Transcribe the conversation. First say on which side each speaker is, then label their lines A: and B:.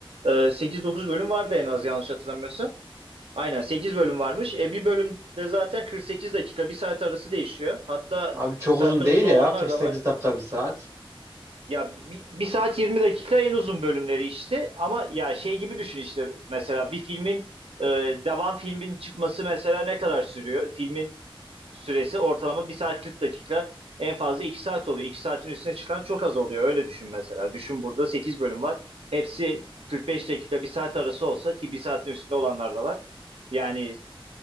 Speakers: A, on the right (about 85°); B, on the right (about 30°).
A: Ee, 8-9 bölüm vardı en az yanlış hatırlamıyorsam. Aynen 8 bölüm varmış. E, bir bölümde zaten 48 dakika bir saat arası değişiyor. Hatta
B: Abi çok
A: bir saatten
B: uzun değil
A: uzun
B: ya
A: olanlar
B: kırk
A: da
B: sekiz
A: var.
B: dakika bir saat.
A: Ya bir, bir saat 20 dakika en uzun bölümleri işte ama ya şey gibi düşün işte mesela bir filmin e, devam filmin çıkması mesela ne kadar sürüyor? Filmin süresi ortalama bir saat 40 dakika en fazla 2 saat oluyor. 2 saatin üstüne çıkan çok az oluyor öyle düşün mesela. Düşün burada 8 bölüm var. Hepsi 45 dakika bir saat arası olsa ki bir saatin üstünde olanlar da var. Yani